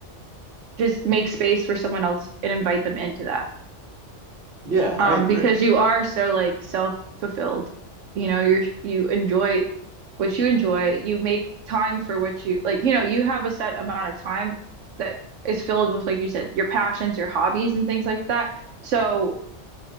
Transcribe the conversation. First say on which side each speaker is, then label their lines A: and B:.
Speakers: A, on the right; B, on the right.
A: just make space for someone else and invite them into that.
B: Yeah,
A: Um,
B: I agree.
A: because you are so like self-fulfilled. You know, you're you enjoy what you enjoy. You make time for what you like, you know, you have a set amount of time that is filled with, like you said, your passions, your hobbies and things like that. So